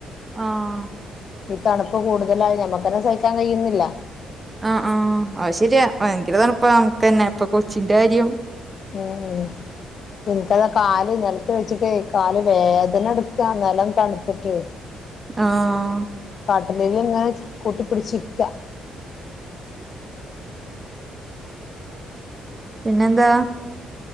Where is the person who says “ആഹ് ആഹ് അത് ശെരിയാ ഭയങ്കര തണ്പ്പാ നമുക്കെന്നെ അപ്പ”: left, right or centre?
Right